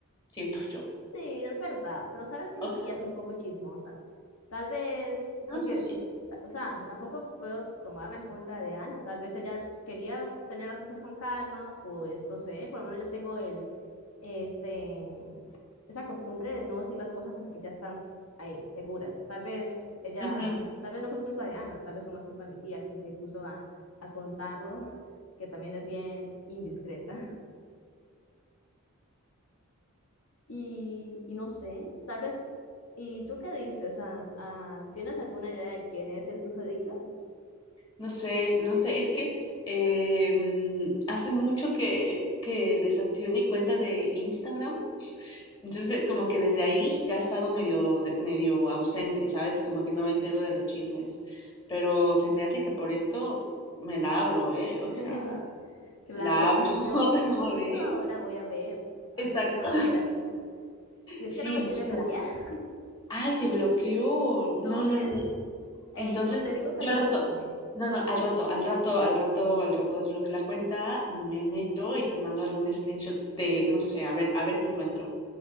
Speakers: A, on the left (about 20°); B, on the left (about 80°).
A: siento yo.
B: Sí, es verdad, pero sabes que
A: Ok,
B: mi tía es un poco chismosa. Tal vez,
A: no,
B: porque,
A: eso sí.
B: o sea, tampoco puedo tomarla en contra de Ana. Tal vez ella quería tener las cosas con calma, pues no sé, por lo menos yo tengo el, este, esa costumbre de no decir las cosas hasta que ya están ahí, seguras. Tal vez ella,
A: Ujú.
B: tal vez no fue culpa de Ana, tal vez fue más culpa de mi tía que se puso a, a contarlo, que también es bien indiscreta. Y, y no sé, tal vez, ¿y tú qué dices? O sea, ah, ¿tienes alguna idea de quién es el susodicho?
A: No sé, no sé, es que eh, mm, hace mucho que, que desactivé mi cuenta de Instagram. Entonces, eh, como que desde ahí ya he estado medio, de- medio ausente, ¿sabes? Como que no me entero de los chismes. Pero se me hace que por esto me la abro, ¿eh? O
B: <laughs>
A: sea,
B: Claro,
A: la abro
B: yo
A: <laughs> otra
B: justo
A: vez.
B: ahora voy a ver, a
A: Exacto.
B: ver qué tenemos por
A: <laughs>
B: aquí. Y es
A: Sí,
B: que no me
A: búsquela.
B: tiene bloqueada. <laughs>
A: Ay, te bloqueó. No,
B: No,
A: no,
B: pues,
A: no.
B: eh,
A: Entonces,
B: como te digo, casi
A: yo al
B: no
A: rato,
B: hablo con ella.
A: no, no, al rato, al rato, al rato, al rato desbloqueo la cuenta, me meto y te mando algún screenshots de, no sé, a ver, a ver qué encuentro.